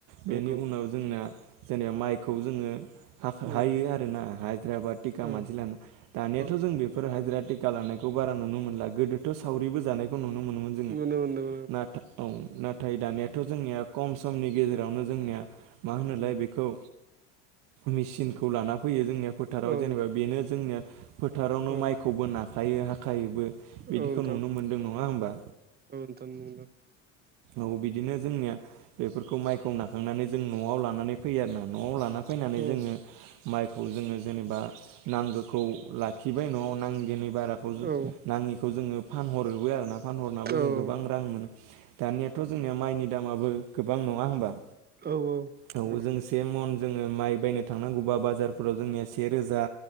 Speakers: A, on the right; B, on the right.
A: बेनि
B: नंगौ
A: उनाव जोंना जेनेबा माइ खौ जोंङो
B: उम
A: हायो आरो ना। हाजिरा बा थिखा
B: औ
A: मानसि लाना। दानियाथ'
B: औ
A: जों बेफोर हाजिरा थिका लानायखौ बारा नुनो मोनला, गोदोथ' सावरिबो जानायखौ नुनो मोनोमोन जोङो,
B: नुनो मोनदों
A: नाथा औ नाथाय दानियाथ' जोंनिया खम समनि गेजेरावनो जोंनिया मा होनोलाय बेखौ मेचिनखौ लाना फैयो जोंनिया फोथाराव
B: औ
A: जेनेबा बेनो जोंनिया फोथारावनो
B: औ
A: माइखौबो नाखायो हाखायोबो
B: औ
A: बेदिखौ
B: नोंथां
A: नुनो मोनदों नङा होमबा?
B: औ, नोंथां नंगौ।
A: औ बिदिनो जोंनिया बेफोरखौ माइखौ नाखांनानै जों न'आव लाना नानै फैयो आरो ना न'आव लाना फैनानै
B: मोनदों
A: जोङो माइखौ जोङो जेनेबा नांगोखौ लाखिबाय न'आव नाङि ङिनि बाराखौ जों
B: औ
A: नाङिखौ जोङो फानहरोबो आरो ना, फानहरनाबो
B: औ
A: जों गोबां
B: औ
A: रां मोनो। दानियाथ' जोंनिया माइनि दामाबो गोबां नङा होमबा?
B: औ औ।
A: औ,
B: गोबां
A: जों से मन जोङो माइ बायनो थांनांगौबा बाजारफोराव जोंनिया से रोजा